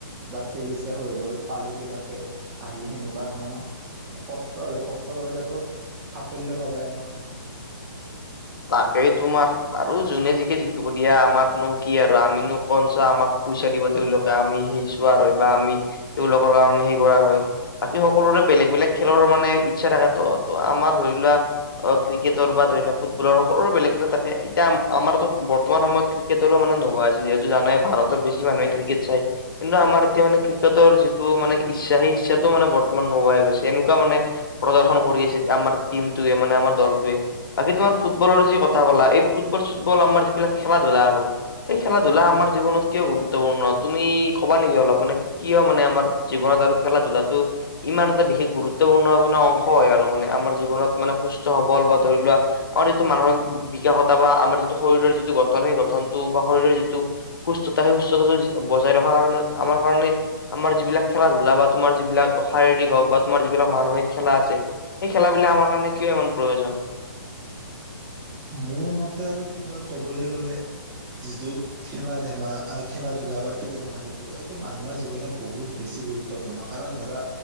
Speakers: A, on the right; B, on the left.
A: বা খেলিছে হৈ গল পালো কিবা কে আহি সেনেকুৱা নহয় ন' এ কষ্ট আৰু কষ্ট কৰিলেতো সাফল্য পাবাই ন।
B: তাকেই তোমাৰ বাৰু যোনে জিকে জিকিব দিয়া আমাৰনো কি আৰু আমিনো কনচা আমাক পইচা দিব তেওঁলোক বা আমি সেই চোৱাৰ হয় বা আমি তেওঁলোকৰ কাৰণে সেই কৰাৰ হয়। বাকী সকলোৰে বেলেগ বেলেগ খেলৰ মানে ইচ্ছা থাকেতো, ত' আমাৰ ধৰি লোৱা অ' ক্ৰিকেটৰ বা ধৰি লওক ফুটবলৰ সকলোৰে বেলেগ বেলেগ থাকে এতিয়া আম আমাৰতো বৰ্তমান সময়ত ক্ৰিকেটৰো মানে নোহোৱা হৈছে যিহেতু জানাই ভাৰতৰ বেছি মানুহে ক্ৰিকেট চাই। কিন্তু আমাৰ এতিয়া মানে ক্ৰিকেটৰ যিটো মানে ইচ্ছা সেই ইচ্ছাটো মানে বৰ্তমান নোহোৱা হৈ গৈছে এনেকুৱা মানে প্ৰদৰ্শন কৰি আছে আমাৰ টিমটোয়ে মানে আমাৰ দলটোৱে বাকী তোমাৰ ফুটবলৰ যি কথা কলা এই ফুটবল চুটবল আমাৰ যিবিলাক খেলা-ধূলা আৰু এই খেলা-ধূলা আমাৰ জীৱনত কিয় গুৰুত্বপূৰ্ণ তুমি ক'বা নেকি অলপ মানে। কিয় মানে আমাৰ জীৱনত আৰু খেলা-ধূলাটো ইমান এটা বিশেষ গুৰুত্বপূৰ্ণ মানে অংশ হয় আৰু মানে আমাৰ জীৱনত মানে সুস্থ সবল বা ধৰি লোৱা শৰীৰটো মানসিক বিকাশতা বা আমাৰ যিটো শৰীৰৰ যিটো গঠন সেই গঠনটো বা শৰীৰৰ যিটো সুস্থতা সেই সুস্থতাটো বজাই ৰখাৰ কাৰণে আমাৰ কাৰণে আমাৰ যিবিলাক খেলা-ধূলা বা তোমাৰ যিবিলাক শাৰীৰিক হওক বা তোমাৰ যিবিলাক মানসিক খেলা আছে। সেই খেলাবিলাক আমাৰ কাৰণে কিয় ইমান প্ৰয়োজন?
A: মোৰ মতে আৰু তোমাৰ ক'বলে গ'লে যিটো খেলা ধেমা খেলা-ধূলা বা খেল ধেমালিটো এইটো মানুহৰ জীৱনত বহুত বেছি গুৰু- ত্বপূৰ্ণ কাৰণ ধৰা